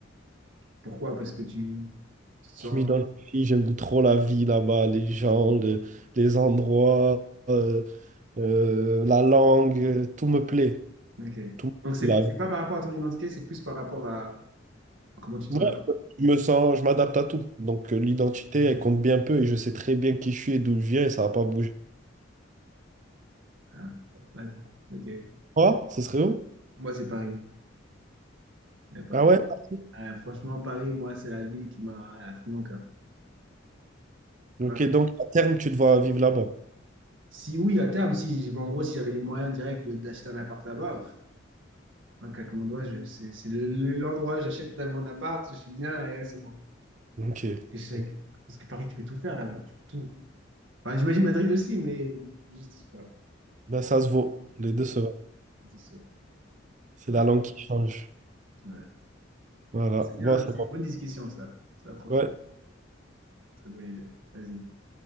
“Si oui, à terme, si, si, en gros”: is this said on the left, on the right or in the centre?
Right